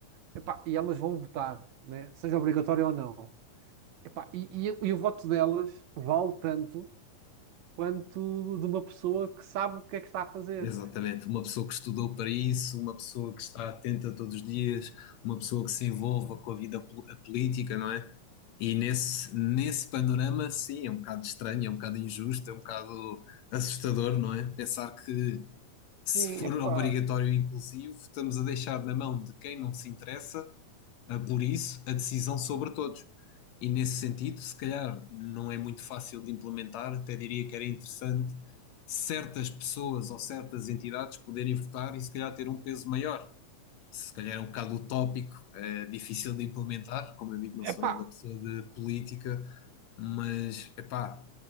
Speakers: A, on the right; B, on the left.
A: Epá, e elas vão votar, né? Seja obrigatório ou não. Epá, e, e- e o voto delas vale tanto quanto de uma pessoa que sabe o que é que está a fazer.
B: Exatamente, uma pessoa que estudou para isso, uma pessoa que está atenta todos os dias, uma pessoa que se envolva com a vida pol- a política, não é? E nesse, nesse panorama, sim, é um bocado estranho, é um bocado injusto, é um bocado assustador, não é? Pensar que se
A: Sim,
B: for
A: epá,
B: obrigatório e inclusivo, estamos a deixar na mão de quem não se interessa a, por isso, a decisão sobre todos. E nesse sentido, se calhar não é muito fácil de implementar, até diria que era interessante certas pessoas ou certas entidades poderem votar e se calhar ter um peso maior. Se calhar é um bocado utópico, é difícil de implementar, como eu digo, não
A: epá,
B: sou nada pessoa de política, mas epá,